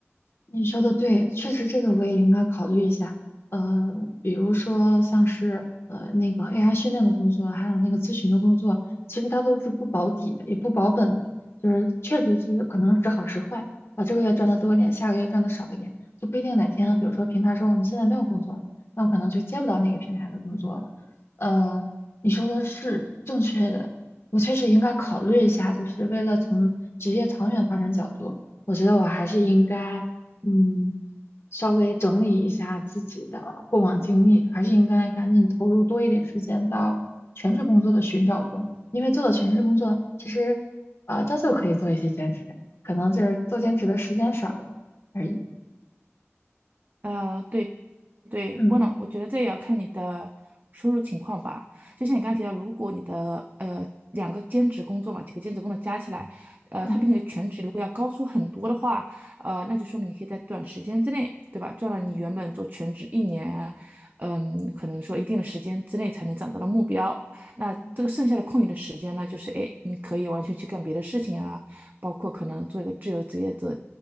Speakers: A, on the left; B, on the right.
A: 你说的对，确实这个我也应该考虑一下。呃，比如说像是呃那个 AI 训练的工作，还有那个咨询的工作，其实它都是不保底的，也不保本的，就是确实是可能时好时坏啊，这个月赚的多一点，下个月赚的少一点，就不一定哪天，比如说平台说我们现在没有工作了，那我可能就接不到那个平台的工作了。呃，你说的是正确的，我确实应该考虑一下，就是为了从职业长远发展角度。我觉得我还是应该，嗯，稍微整理一下自己的过往经历，还是应该赶紧投入多一点时间到全职工作的寻找中。因为做了全职工作，其实啊、照旧可以做一些兼职，可能就是做兼职的时间少了而已。
B: 呃，对对，
A: 嗯
B: 不能，我觉得这也要看你的收入情况吧。就像你刚刚提到，如果你的呃两个兼职工作嘛，几个兼职工作加起来，呃，
A: 嗯
B: 它比你的全职如果要高出很多的话，呃，那就说明你可以在短时间之内，对吧，赚了你原本做全职一年，
A: 嗯
B: 嗯，可能说一定的时间之内才能攒到的目标。那这个剩下的空余的时间呢，
A: 嗯。嗯
B: 就是哎，你可以完全去干别的事情啊，包括可能做一个自由职业者，